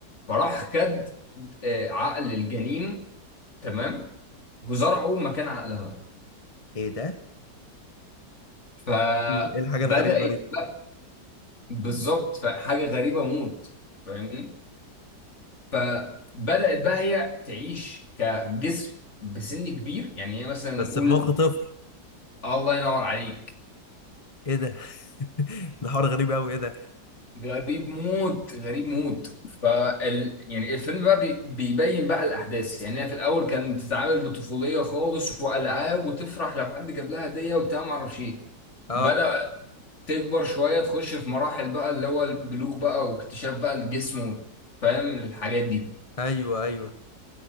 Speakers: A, on the left; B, on the left.
A: فراح خد آه، عقل الجنين تمام وزرعه مكان عقلها
B: ايه ده
A: فبدأت
B: ايه الحاجة الغريبة دي
A: بقى بالظبط فحاجة غريبة موت فاهمني فبدأت بقى هي تعيش كجسم بسن كبير يعني هي مثلا
B: بس
A: نقول
B: بمخ طفل
A: الله ينور عليك
B: ايه ده <laughs> ده حوار غريب قوي ايه ده
A: غريب موت غريب موت فال يعني الفيلم بقى بي- بيبين بقى الاحداث يعني هي في الاول كانت بتتعامل بطفوليه خالص والعاب وتفرح لو حد جاب لها هديه وبتاع ما اعرفش ايه
B: اه
A: بدأ تكبر شويه تخش في مراحل بقى اللي هو البلوغ بقى واكتشاف بقى الجسم فاهم الحاجات دي
B: ايوه ايوه